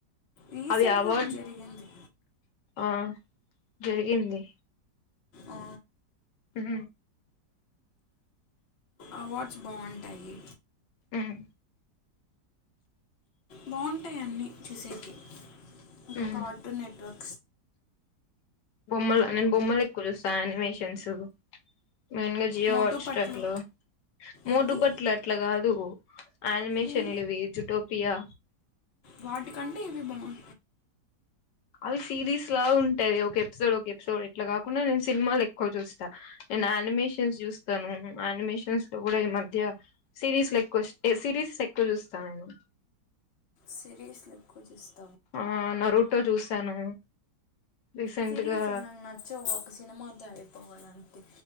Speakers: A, on the left; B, on the left.
A: రీసెంట్గా
B: అది అవార్డ్
A: కూడా జరిగింది
B: ఆ జరిగింది
A: ఆ,
B: హ్
A: అవార్డ్స్ బావుంటాయి
B: హ్మ్
A: బావుంటాయి అన్నీ చుసేక్కి ఓ
B: ఉమ్
A: కార్టూన్ నెట్వర్క్
B: బొమ్మలు నేను బొమ్మలు ఎక్కువ చూస్తా అనిమేషన్సు మెయిన్ గా జియో
A: మోటు
B: హోస్టర్
A: పట్లు
B: లో మోటు
A: ఏంది
B: పట్లు అట్లా కాదు అనిమేషన్ల్
A: ఉమ్,
B: ఇవి ఇచ్తటో పియా
A: వాటికంటే ఇవి బావుం
B: అవి సిరీస్ లా ఉంటాయి ఒకే అస్సల్ ఒక ఎపిసోడ్ ఇట్ల కాకుండా నేన్ సినిమల్ ఎక్కువ జుస్తా నేన్ నా అనిమేషన్స్ జుస్తా ను అనిమేషన్స్ లో గూడా ఈమద్య సిరీస్లు ఎక్కువ ఇష్ సిరీసెస్ ఎక్కువ జుస్తా నేను
A: సిరీస్లక్కుచుస్త
B: ఆ న్నరు టో చూసాను రీసెంట్
A: సిరీస్
B: గా
A: నా నచ్చవు ఒక సినిమాతో అయిపోవాలంతే